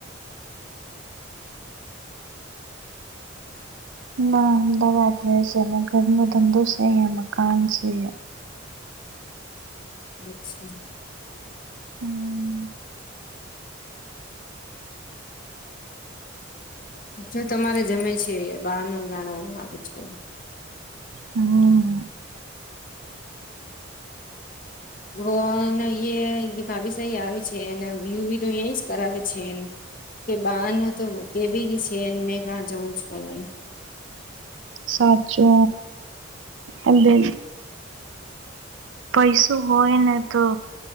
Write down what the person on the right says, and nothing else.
ના અમદાવાદ રહે છે એના ઘર ના ધંધો છે ને મકાન છે.
હમ.
હમ.
સાચો અને. પૈસો હોય ને તો